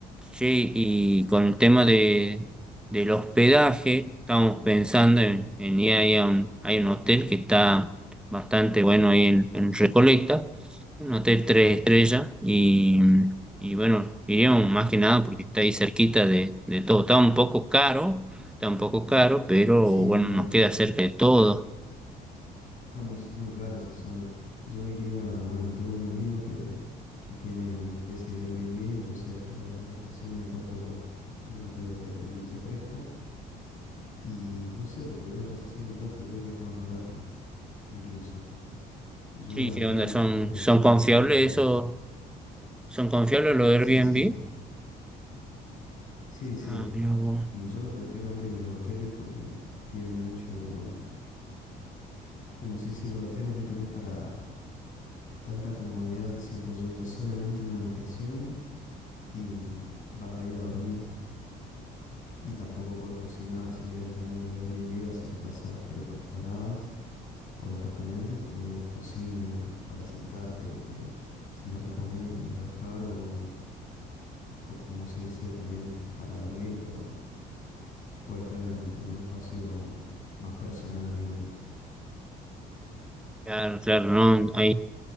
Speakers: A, in the centre; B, on the left.
A: sí, y con el tema de, del hospedaje, estamos pensando en, en ir ahí a un, hay un hotel que está bastante bueno ahí en, en Recoleta, un hotel tres estrellas, y, y bueno, iríamos más que nada porque está ahí cerquita de, de todo. Está un poco caro, está un poco caro, pero
B: sí,
A: bueno,
B: no,
A: nos
B: está,
A: queda cerca de todo.
B: Está muy, s- muy cara esa zona. Yo diría, bueno, tengo un amigo que, que tiene una especie de Airbnb, entonces alquila habitaciones acá por el barrio de Villa Crespo. Y no sé, te podría pasar el contacto, creo que es más barato incluso. Yo
A: Sí,
B: la
A: ¿qué
B: verdad
A: onda?
B: no,
A: ¿Son,
B: no prefiero
A: son confiables
B: tanto...
A: esos? ¿Son confiables los Airbnb?
B: Sí, sí, sí, sí.
A: Ah, mira vos.
B: Mm, Yo los prefiero antes que los hoteles porque tienen mucho... mm, Como se dice, los hoteles no tenés para tanta comodidad, siento yo, es solamente una habitación. y vas ahí a dormir. Y tampoco puedes cocinar, si querés, en cambio en los Airbnb hacer casas preparadas o departamentos, tenés cocina para sentarte, eh, sentarte a comer, a trabajar o, o como se dice también t- para dormir, pero puede estar en, en un espacio más personal, digamos.
A: Claro, claro, no, ahí